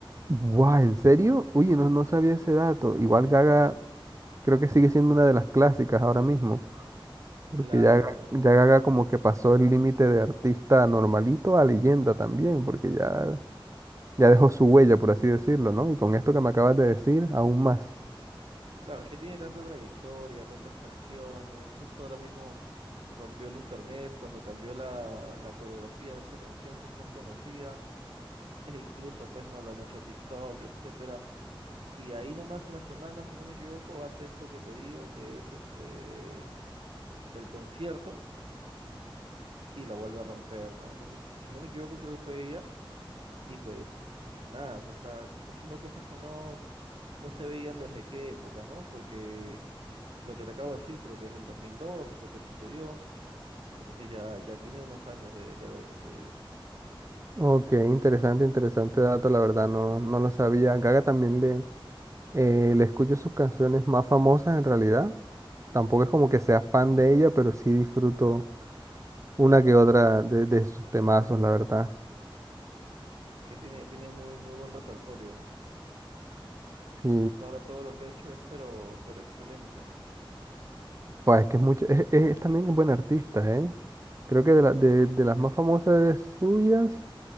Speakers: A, on the right (about 35°); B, on the right (about 75°).
A: Guau, ¿en serio? Uy, no, no sabía ese dato. Igual Gaga creo que sigue siendo una de las clásicas ahora mismo, porque
B: Claro,
A: ya, Ga- ya Gaga como que pasó el límite de artista normalito a leyenda también, porque ya, ya dejó su huella, por así decirlo, ¿no? Y con esto que me acabas de decir, aún más.
B: claro, es que tiene tanta trayectoria, tantas canciones. Justo ahora mismo rompió el internet cuando cambió la, la coreografía de esta canción que es tan conocida. <laughs> E incluso, pues, no lo han hecho TikTok, y etcétera. Y ahí nomás a la semana, si no me equivoco, hace esto que te digo, que es este el concierto y la vuelve a romper, ¿no? Entonces, si no me equivoco, creo que fue ella. Y pues nada, o sea, está, está haciendo cosas que no. no se veían desde qué época, ¿no? Porque lo que te acabo de decir creo que es el 2002 lo que sucedió, entonces ya, ya tiene unos años de, de haber sucedido.
A: Ok, interesante, interesante dato, la verdad, no, no lo sabía. Gaga también le, eh, le escucho sus canciones más famosas en realidad. Tampoco es como que sea fan de ella, pero sí disfruto una que otra de, de sus temazos, la verdad.
B: Es que tiene, tiene muy, muy buen repertorio.
A: Sí,
B: Hasta ahora todo lo que ha hecho es pero, pero excelente.
A: pues es que es mucho, es, es- es también buena artista, ¿eh? Creo que de, la- de, de las más famosas de suyas,